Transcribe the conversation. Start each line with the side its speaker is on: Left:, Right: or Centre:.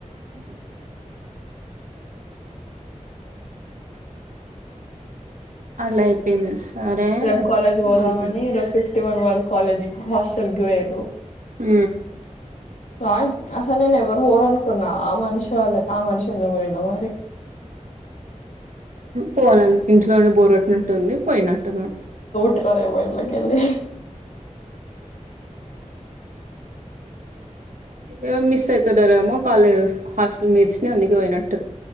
Right: అ అట్లా చెప్పింది సరే
Left: రేపు కాలేజీ
Right: అని
Left: పోదామని
Right: అనుకున్నా
Left: డ్రెస్ థిస్ తివన్ వాళ్లు కాలేజ్ హాస్టల్ కి పోయిర్రు
Right: ఆ
Left: ఆయ్ అసలు నేను ఎవరు పోరనుకున్నా ఆ మనిషి వాళ్లే ఆ మనిషి ఎందుకు పోయిండో మరి
Right: పోవాలని ఇంట్లోనే బోరు కొట్టినట్టుంది పోయినట్టు ఉన్నాడు
Left: ఇట్లా రే పోయిట్ల కెళ్ళి
Right: ఇవే మిస్ అయితుండారేమో కాలేజ్ హాస్టల్ మీర్చని అందుకే పోయినట్